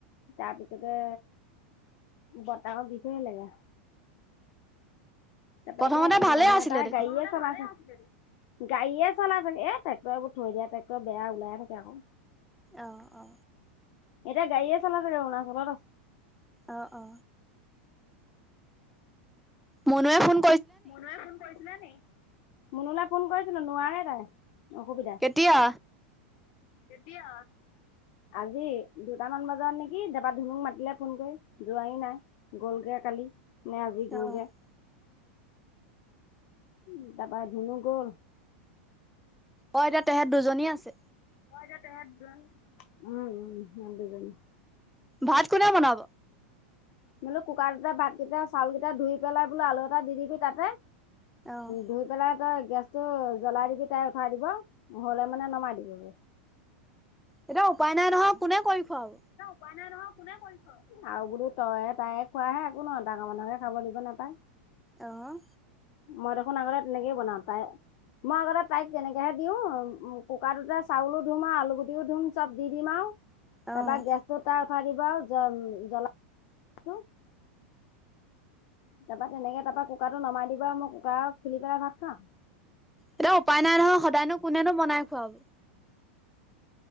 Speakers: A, on the left (about 50°); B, in the centre.
A: তাপিছতে বতাকক দি থ'ই আহিলেগে। তাৰপা
B: প্ৰথমতে
A: এতিয়া
B: ভালে
A: মানুহ
B: আছিলে
A: এটাই
B: দেখোন।
A: গাড়ি এ চলাচে। গাড়ীয়ে চলাই থাকে। এ ট্ৰেক্টৰবোৰ থৈ দিয়া ট্ৰেক্টৰ বেয়া ওলাই থাকে আকৌ।
B: অহ অ।
A: এতিয়া গাড়ীয়ে চলাই থাকে, অৰুনাচলত আছে।
B: অ-অ। মুনোৱে ফুন
A: মুনুৱে ফোন কৰিছিলে নি? মুনুলে ফোন কৰিছিলো নোৱাৰে তাই। অসুবিধা
B: কেতিয়া?
A: কেতিয়া? আজি দুটামান বজাত নেকি? দেবা ধুনুক মাতিলে ফোন কৰি। যোৱাই নাই গলগে কালি। নে আজি গল'গে।
B: অ'
A: উ তাপা ধুনু গল?
B: অ, এতিয়া তেহেত দুজনী আছে?
A: অ এতিয়া তেহেত দুজনী। উম উম সেহেট দুজনী।
B: ভাত কোনে বনাব?
A: বোলো কুকাৰটোতে ভাতকেইটা চাউল কেইটা ধুই পেলাই বোলো আলু এটা দি দিবি তাতে।
B: অ',
A: ধুই পেলাই তই গেছতটো জ্বলাই দিবি তাই উঠাই দিব নহ'লে মানে নমাই দিবগৈ।
B: এতিয়া উপায় নাই নহয় কোনে কৰি খোৱাব।
A: উপাই নাই নহয় কোনে কৰি খোৱাব আৰু বোলো তইে তাইে খোৱাহে একো নহয় ডাঙৰ মানুহে খাব দিব নাপায়।
B: আহ
A: মই দেখোন আগতে তেনেকে বনাওঁ পায়। মই আগতে তাইক তেনেকেহে দিওঁ কুকাৰটোতে চাউলো ধুম আৰু আলু গুটিও ধুম। চব দি দিম আও
B: অ',
A: তাৰপা গেছটো তাই উঠাই দিব আৰু জম জলা <unintelligible> তাৰপা তেনেকে তাৰপৰা কুকাৰটো নমাই দিবা, মই কুকাৰ খুলি পেলাই ভাত খাম।
B: এতিয়া উপায় নাই নহয়, সদাইনো কোনেনো বনাই খোৱাব?